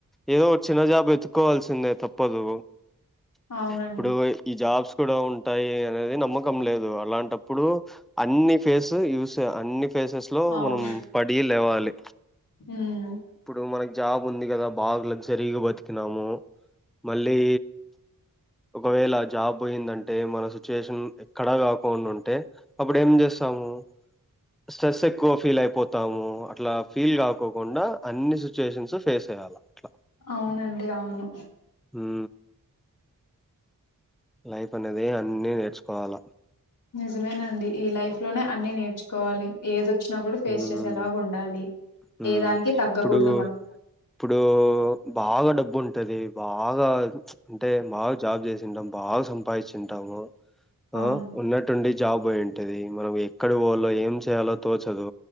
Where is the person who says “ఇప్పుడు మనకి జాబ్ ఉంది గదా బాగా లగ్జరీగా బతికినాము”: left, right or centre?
Centre